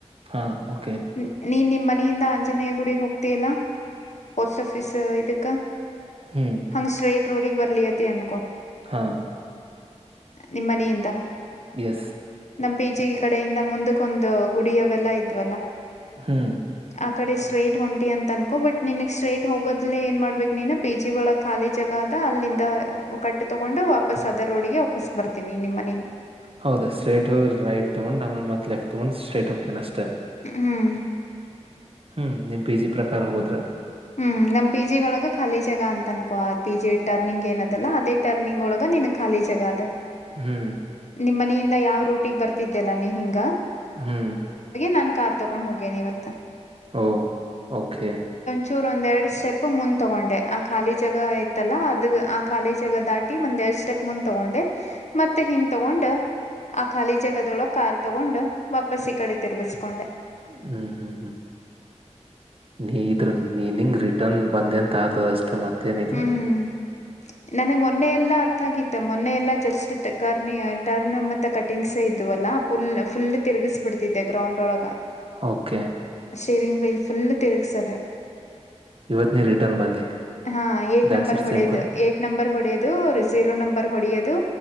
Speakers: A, on the right; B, on the left.
A: ಹಾ ಓಕೆ
B: ನ್- ನೀನ್ ನಿಮ್ಮ್ ಮನೆಯಿಂದ ಆಂಜನೇಯ ಗುಡಿಗೆ ಹೋಗ್ತಯಲ್ಲ ಪೋಸ್ಟ್ ಆಫೀಸ್ ಇದಕ್ಕ
A: ಹ್ಮ್
B: ಹಂಗ ಸ್ಟ್ರೇಟ್ ರೋಡಗ್ ಬರ್ಲತಿ ಅನ್ಕೋ
A: ಹಾ
B: ನಿಮ್ಮನೆಯಿಂದ
A: ಎಸ್
B: ನಮ್ ಪಿ ಜಿಗೆ ಕಡೆಯಿಂದ ಮುಂದಕ್ಕೊಂದು ಗುಡಿಯವೆೆಲ್ಲಾ ಇದ್ವಲ್ಲ
A: ಹ್ಮ್
B: ಆ ಕಡೆ ಸ್ಟ್ರೇಟ್ ಹೊಂಟಿ ಅಂತ ಅನ್ಕೋ ಬಟ್ ನಿಿನಗೆ ಸ್ಟ್ರೇಟ್ ಹೋಗದ್ೇ ಏನ್ ಮಾಡ್ಬೇಕು ನೀನು ಪಿ ಜಿ ಒಳಗೆ ಖಾಲಿ ಜಗ ಆದದ ಅಲ್ಲಿಂದ ಕಟ್ಟು ತಗೊಂಡು ವಾಪಸ್ ಅದ ರೋಡಿಗೆ ವಾಪಸ್ ಬರ್ತೀನಿ ನಿಮ್ಮ ಮನೆಗ್
A: ಹೌದಾ ಸ್ಟ್ರೇಟ್ ಹೋಗ್ರಿ ರೈಟ್ ತಗೊಂಡು ಆಮೇಲೆ ಮತ್ ಲೆಫ್ಟ್ ತಗೊಂಡು ಸ್ಟ್ರೇಟ್ ಹೋಗ್ನ್ ಅಷ್ಟ
B: ಹ್ಮ್
A: ಹ್ಮ್ ನಿಮ್ ಪಿ ಜಿ ಪ್ರಕಾರ ಹೋದ್ರ
B: ಹ್ಮ್ ನಮ್ ಪಿ ಜಿ ಒಳಗ ಖಾಲಿ ಜಗ ಅಂತ ಅನ್ಕೋ ಪಿ ಜಿ ರಿಟರ್ನಿಂಗ್ ಏನದಲ್ಲ ಅದೇ ಟರ್ನಿಂಗ್ ಒಳಗ ನಿನ್ನ ಖಾಲಿ ಜಗ ಅದ
A: ಹ್ಮ್
B: ನಿಮ್ಮ ಯಾವ ರೂಟ ಬರ್ತಲ್ಲ ಹಿಳ
A: ಹ್ಮ್
B: ನ ಕಾರ ತಕೊಂಡುಗೇ ನೀ ಇವತ್ತು
A: ಓ ಓಕೆ
B: ಚೂರ್ ಒಂದೆರಡು ಸ್ಟೆಪ್ ಮುಂದ್ ತಗೊಂಡೆ ಆ ಖಾಲಿ ಜಗ ಇಐತ್ತಲ್ಲಾ ಅದ ಆ ಖಾಲಿ ಜಗ ದಾಟಿ ಒಂದ್ ಎ ಸ್ಟೆಪ್ ಮುಂದ್ ತಗೊಂಡೆ ಮತ್ತೆ ಹಿಂದ ತಗೊಂಡ ಆ ಖಾಲಿ ಜಗದೊಳ ಕಾರ್ ತಗೊಂಡು ವಾಪಸ ಈ ಕಡೆ ತಿರುಗಿಸಕೊಂಡೆ
A: ಹ್ಮ್ ಹ್ಮ್ ಹ್ಮ್ ನೀ ಇದ್ರ ಮೀನಿಂಗ್ ರಿಟರ್ನ್ ಬಂದೆಂತ ಆತದಷ್ಟೇ ಮತ್ತೇನಿಲ್ಲ
B: ಹ್ಮ್ ನನಗ್ ಮೊನ್ನೆ ಎಲ್ಲಾ ಅರ್ಥ ಆಗಿತ್ತ ಮೊನ್ನೆ ಎಲ್ಲಾ ಜಸ್ಟ್ ಕ ಟರ್ನ್ ಮತ್ತೆ ಕಟಿಂಗ್ಸ್ ಇದವಲ್ಲಾ ಫುಲ್ ಫುಲ್ ತಿರುಗಿಸ್ ಬಿಡ್ತಿದ್ದೆ ಗ್ರೌಂಡ್ ಒಳಗ
A: ಓಕೆ
B: ಚೆರಿಂಗ ವಿಯಲ್ ಫುಲ್ ತಿರಗಸದ
A: ಯವತ್ನಿ ರಿಟರ್ನ್ ಬಂದಿ
B: ಹಾ ಏಟ್
A: ದಾಟ್ಸ್
B: ನಂಬರ್
A: ಇಟ್
B: ಹೊಡೆಯದು
A: ಸಿಂಪಲ್
B: ಏಟ್ ನಂಬರ್ ಹೊಡೆಯದು ಝೀರೋ ನಂಬರ್ ಹೊಡೆಯೋದು